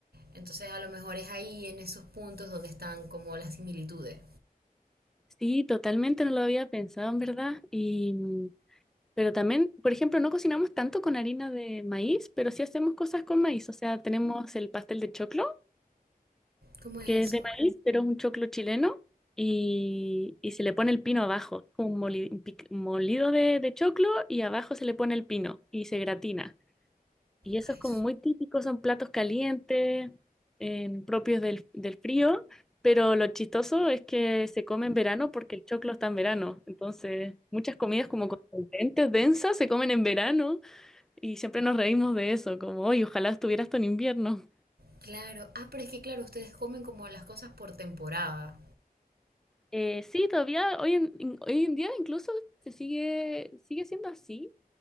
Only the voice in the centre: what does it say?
Sí, totalmente no lo había pensado, en verdad. Y, mm, pero también, por ejemplo, no cocinamos tanto con harina de maíz, pero sí hacemos cosas con maíz. O sea, tenemos el pastel de choclo,
que
es de maíz, pero es un choclo chileno. Y, y se le pone el pino abajo, como un moli- un pic- molido de, de choclo y abajo se le pone el pino y se gratina. Y eso
es como muy típico, son platos calientes, em, propios del, del frío, pero lo chistoso es que se come en verano porque el choclo está en verano. Entonces, muchas comidas como contundentes, densas, se comen en verano y siempre nos reímos de eso, como, hoy ojalá estuviera esto en invierno.
Eh, sí, todavía hoy en, in- hoy en día incluso se sigue, sigue siendo así.